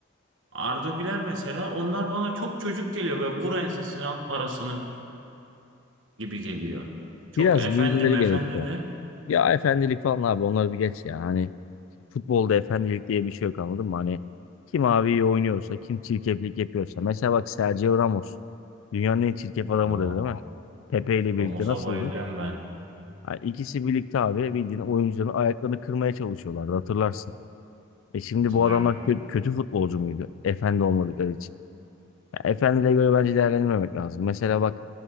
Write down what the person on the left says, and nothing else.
Biraz
büyümeleri
gerekiyor.
Ya efendilik falan abi onları bir geç ya. Hani futbolda efendilik diye bir şey yok anladın mı? Hani kim abi iyi oynuyorsa, kim çirkeflik yapıyorsa. Mesela bak Sergio Ramos. Dünyanın en çirkef adamı
dedi değil mi? Pepe ile birlikte
nasıldı?
Ha, İkisi birlikte abi bildiğin oyuncuların ayaklarını kırmaya çalışıyorlardı hatırlarsın. E şimdi
bu adamlar kö- kötü futbolcu muydu? Efendi olmadıkları için. Ya efendiyle göre bence değerlendirmemek lazım. Mesela bak